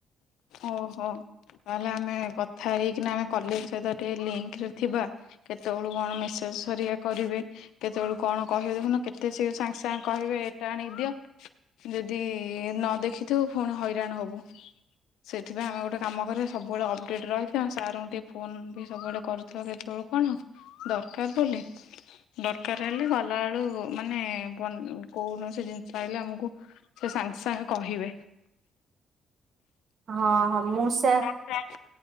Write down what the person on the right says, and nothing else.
ହଁ ହଁ ମୁଁ ସେ